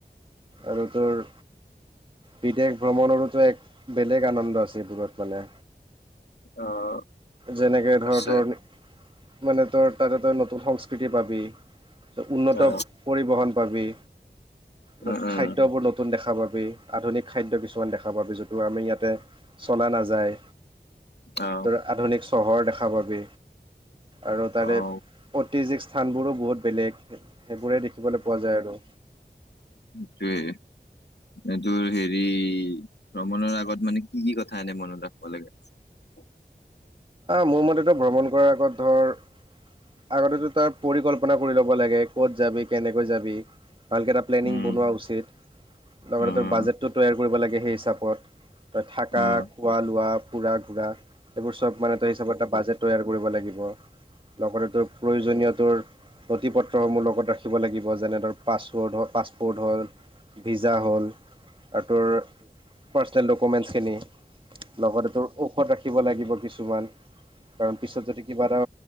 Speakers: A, on the right; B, on the left.
A: এনেটোৰ। বিদেশ ভ্ৰমণৰোতো এক বেলেগ আনন্দ আছিল দূৰত মানে
B: অ'
A: যেনেকে ধৰ
B: আছে
A: তোৰ মানে তোৰ তাত এটা‌ নতুন সংস্কৃতি পাবি। উন্নত
B: অ
A: পৰিবহন পাবি। য'ত
B: উম উম
A: খাদ্যবোৰ নতুন দেখা পাবি। আধুনিক খাদ্য কিছুমান দেখা পাব যিটো আমি ইয়াতে চলা নাযায়।
B: অ
A: আ আধুনিক চহৰ দেখা পাবি আৰু তাৰে
B: অ
A: ঐতিহিক স্থানবোৰো বহুত বেলেগ সেইবোৰে দেখিবলৈ পোৱা যায় আৰু
B: সেইটোৱে এইটোৰ হেৰি ভ্ৰমণৰ আগত মানে কি কি কথা এনে মনত ৰাখিব লাগে।
A: মোৰ মতেতো ভ্ৰমণ কৰাৰ আগত ধৰ আগতেতো তাৰ পৰিকল্পনা কৰি ল'ব লাগে ক'ত যাবি কেনেকৈ যাবি? ভালকৈ এটা প্লেনিং
B: উম
A: বনোৱা উচিত লগতে
B: উম
A: তোৰ বাজেটো তৈয়াৰ কৰিব লাগে সেই হিচাপত। তই থাকা
B: উম
A: খোৱা লোৱা ফুৰা ঘূৰা সেইবোৰ চব মানে তই হিচাপত এটা বাজেট তৈয়াৰ কৰিব লাগিব। লগতে তোৰ প্ৰয়োজনীয় তোৰ নথি পত্ৰসমূহ লগত ৰাখিব লাগিব। যেনে ধৰ পাছৰ্ পাছপৰ্ড হ'ল। ভিজা হ'ল। আৰু তোৰ পাৰ্চনেল ডকুমেণ্টছখিনি লগতে তোৰ ঔষধ ৰাখিব লাগিব। কিছুমান কিছুমান কাৰণ পিছত যদি কিবা এটা